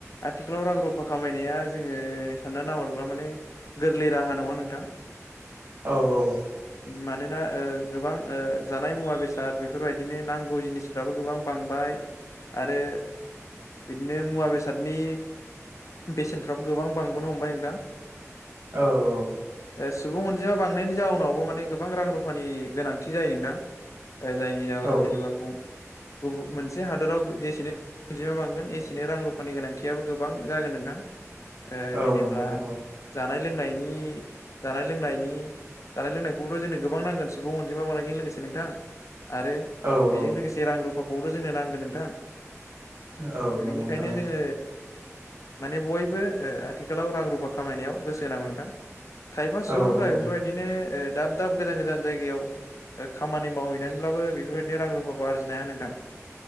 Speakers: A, on the left (about 70°); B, on the right (about 70°).
A: आथिखालाव रां रुफा खामायनाया जोङो सानना नाहरोब्ला माने गोरलै राहा नङा नोंथां।
B: औ औ
A: मानोना गोबां जानाय मुवा बेसाद बेफोरबायदिनो नांगौ जिनिसफ्राबो गोबां बांबाय आरो बिदिनो मुवा बेसादनि बेसेनफ्राबो गोबां बांबोनो हमबाय नोंथां।
B: औ औ
A: ए सुबुं अनजिमा बांनायनि जाउनावबो माने गोबां रां रुफानि गोनांथि जायो नोंथां। जायनि जाहोनाव
B: औ
A: जेनेबा गुबुन मोनसे हादराव अनजिमा बांगोन एसेनो रां रुफानि गोनांथियाबो गोबां जागोन नोंथां।
B: औ
A: जेनेब्ला
B: नंगौ नोंथां
A: जानाय लोंनायनि जानाय लोंनायनि जानाय लोंनायखौबोथ' जोंनो गोबां नांगोन सुबुं अनजिमा बांनायजों लोगोसे नोंथां। आरो
B: औ
A: बेजों
B: औ
A: लोगोसे रां रुफाखौथ' जोंनो नांगोन नोंथां।
B: औ
A: बिनिखायनो
B: नंगौ नोंथां
A: जोङो माने बयबो आथिखालाव रां रुफा खामायनायाव गोसो होनांगौ नोंथां। खायफा सुबुंफ्रा
B: औ होनांगौ
A: बेफोरबायदिनो दाब दाब गोजान गोजान जायगायाव खामानि मावहैनानैब्लाबो बेफोरबायदिनो रां रुफाखौ आरजिनो हाया नोंथां।